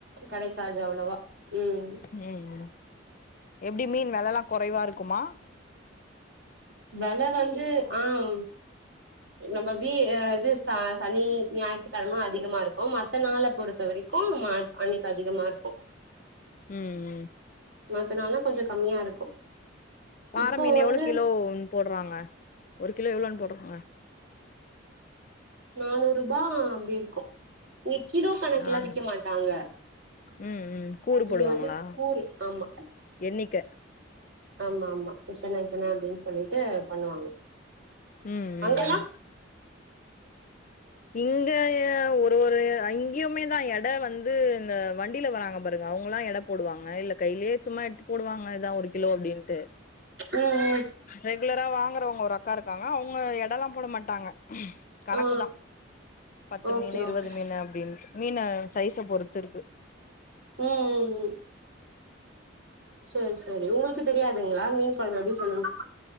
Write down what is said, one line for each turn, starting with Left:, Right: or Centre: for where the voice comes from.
Right: கடை சாஜ் அவ்ளவா உம்
Left: ம் ம் எப்டி மீன் வெலலா கொறைவா இருக்குமா
Right: வெல வந்து ஆம் நம்ம வீ ஏ இது சா சனி ஞாயித்துக்கெழம அதிகமா இருக்கு மத் த நாள பொறுத்த வரைக்கு மாட் அன்னைக்கு அதிகமா இருக்கு
Left: ம்ம்
Right: மத்த நாள்னா கொஞ்ச கம்மியா இருக்கு
Left: பார
Right: இப்போ
Left: மீன் எவ்ளோ
Right: வந்து
Left: கிலோனு போட்றாங்க ஒரு கிலோ எவ்ளோன்னு போடுறாங்க
Right: நானூறு ரூபா அப்டி இருக்கு இங்க கிலோ கணக்குலா
Left: நானு
Right: விக்க மாட்டாங்க
Left: ம் ம் கூறு
Right: இங்க
Left: போடுவாங்களா
Right: வந்து கூரு ஆமா
Left: எண்ணிக்க
Right: ஆம்மா ஆம்மா விசன எத்தன அப்டின்னு சொல்லிட்டு பண்ணுவாங்க
Left: ம் ம்
Right: அங்கல்லா
Left: இங்க க ய ஒரு ஒரு அங்கியுமே தா எட வந் து இந்த வண்டில வராங்க பாருங்க அவங்கல்லா எட போடுவாங்க இல்ல கையிலயே சும்மாட்டு போடுவாங்க அதா ஒரு கிலோ அப்டின்ட்டு
Right: ம் ம்
Left: ரெகு ரெலரா வாங்குறவங்க ஒரு அக்கா இருக்காங்க அவங்க எடலா போட மாட்டாங்க கணக்கு
Right: ஆ
Left: தா பத்து
Right: ஓகே
Left: மீன் இருவது
Right: ஓகே
Left: மீன் அப்டின்டு மீன சைஸ பொறுத்துருக்கு
Right: உம் ம் ம் உம் சேர் சேரி உங்களுக்கு தெரியாதுங்ளா மீன் குழம்ப எப்டி செய்னு